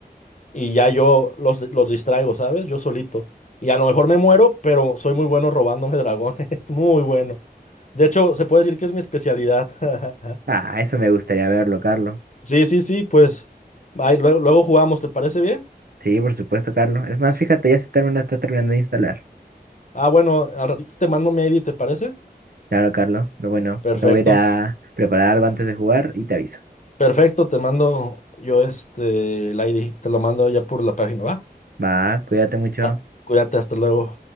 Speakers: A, on the left; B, on the right.
A: y ya yo los, los distraigo, ¿sabes? Yo solito. Y a lo mejor me muero, pero soy muy bueno robándome dragones, <laughs> muy bueno. De hecho, se puede decir que es mi especialidad. <laughs>
B: Ah, eso me gustaría verlo, Carlos.
A: Sí, sí, sí, pues ahí luego, luego jugamos, ¿te parece bien?
B: Sí, por supuesto, Carlos. Es más, fíjate, ya se termina, está terminando de instalar.
A: Ah, bueno, al ratito te mando mi ID, ¿te parece?
B: Claro, Carlos. Pero bueno,
A: Perfecto,
B: me voy a ir a preparar algo antes de jugar y te aviso.
A: perfecto, te mando yo este, el ID, te lo mando ya por la página, ¿va?
B: Va, cuídate mucho.
A: Ah, cuídate, hasta luego.